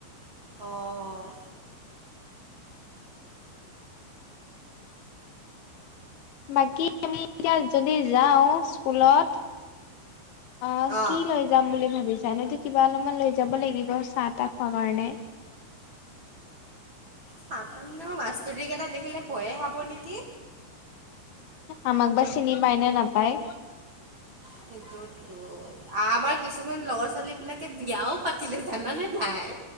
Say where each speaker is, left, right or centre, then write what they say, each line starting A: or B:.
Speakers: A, on the right; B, on the left.
A: অঁ
B: বাকী আমি এতিয়া যদি যাওঁ স্কুলত- অ
A: অঁ
B: কি লৈ যাম বুলি ভাবিছো। জানেতো কিবা অলপমান লৈ যাব লাগিব চাহ তাহ খোৱা কাৰণে-
A: সাতাম ন বাস্তুদিক এটা দেখিলে পঢ়ে খাব নেকি?
B: আমাক বা চিনি পায় ন নাপায়।
A: সেইটোতো আমাৰ কিছুমান লৰা ছোৱালী বিলাকে বিয়াও পাতিলে জানানে নাই